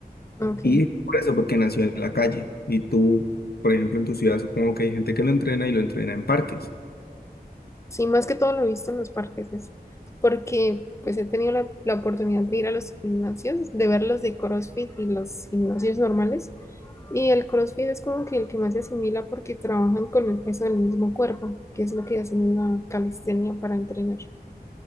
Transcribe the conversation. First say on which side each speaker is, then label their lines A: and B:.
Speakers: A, on the left; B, on the left.
A: Ok.
B: Y es por eso, porque nació en la calle. Y tú, por ejemplo, en tu ciudad supongo que hay gente que lo entrena y lo entrena en parques.
A: Sí, más que todo lo he visto en los parques, es porque pues he tenido la, la oportunidad de ir a los gimnasios, de ver los de CrossFit y los gimnasios normales. Y el CrossFit es como que el que más se asimila porque trabajan con el peso del mismo cuerpo, que es lo que hacen en la calistenia para entrenar.